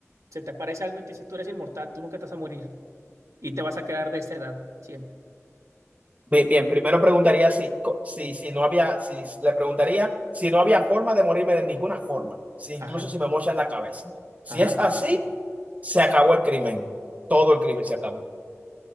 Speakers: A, on the right (about 85°); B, on the right (about 30°).
A: se te aparece algo y te dice, tú eres inmortal, tú nunca te vas a morir y te vas a quedar de esa edad siempre.
B: Bien, bien, primero preguntaría si, co- si, si no había, si le preguntaría si no había forma de morirme de ninguna forma, si incluso
A: Ajá,
B: si me mochan la cabeza. Si
A: ajá.
B: es así, se acabó el crimen. Todo el crimen se acabó,